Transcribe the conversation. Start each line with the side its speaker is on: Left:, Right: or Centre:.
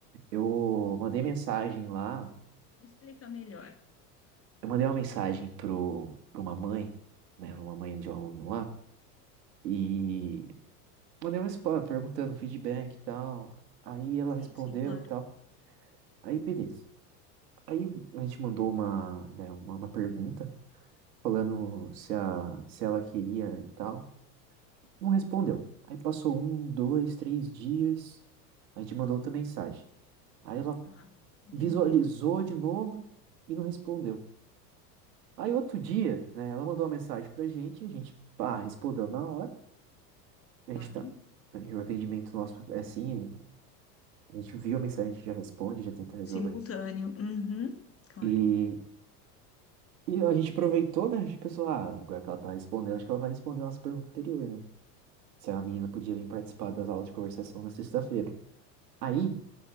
Right: Eu mandei mensagem lá.
Left: Me explica melhor.
Right: Eu mandei uma mensagem pro, pra uma mãe, né? Uma mãe de um aluno lá, e mandei uma resposta perguntando feedback e tal. Aí ela
Left: Sim,
Right: respondeu
Left: sim, claro.
Right: e tal. Aí beleza. Aí a gente mandou uma, né, uma, uma pergunta falando se, a, se ela queria e tal. Não respondeu. Aí passou um, dois, três dias. A gente mandou outra mensagem. Aí ela
Left: Ah, entendi.
Right: visualizou de novo e não respondeu. Aí outro dia, né, ela mandou uma mensagem pra gente, a gente, pá, respondeu na hora. A
Left: Claro.
Right: gente tá, o atendimento nosso é assim, a gente viu a mensagem, a gente já responde, já tenta resolver.
Left: Simultâneo. Uhum, claro.
Right: E, e a gente aproveitou, né? A gente pensou, ah, agora que ela tá respondendo, acho que ela vai responder a nossa pergunta anterior, né? Se a menina podia vir participar das aulas de conversação na sexta-feira. Aí,